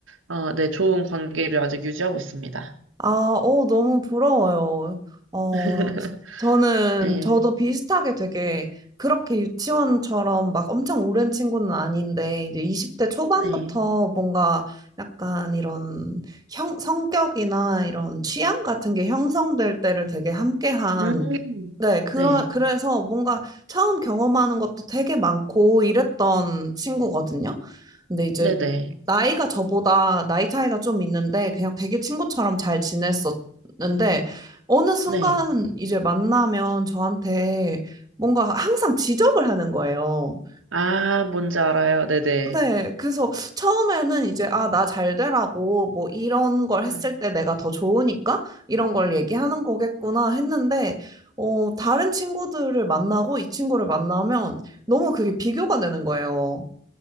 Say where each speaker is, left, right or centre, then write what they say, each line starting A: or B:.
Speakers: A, on the right; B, on the right.
A: 아, 네, 좋은 관계를 아직 유지하고 있습니다.
B: 아, 어, 너무 부러워요. 어,
A: <laughs>
B: 저는,
A: 네,
B: 저도 비슷하게 되게 그렇게 유치원처럼 막 엄청 오랜 친구는 아닌데, 이제 20대 초반부터
A: 네,
B: 뭔가 약간 이런 형, 성격이나 이런 취향 같은 게 형성될 때를 되게 함께한
A: 음,
B: 네, 그러,
A: 네,
B: 그래서 뭔가 처음 경험하는 것도 되게 많고 이랬던 친구거든요. 근데 이제
A: 네, 네,
B: 나이가 저보다 나이 차이가 좀 있는데 그냥 되게 친구처럼 잘 지냈었는데 어느 순간
A: 네.
B: 이제 만나면 저한테 뭔가 항상 지적을 하는 거예요.
A: 아, 뭔지 알아요. 네, 네.
B: 네, 그래서 처음에는 이제, 아, 나 잘 되라고, 뭐, 이런 걸 했을
A: 음,
B: 때 내가 더 좋으니까, 이런 걸 얘기하는 거겠구나 했는데, 어, 다른 친구들을 만나고 이 친구를 만나면 너무 그게 비교가 되는 거예요.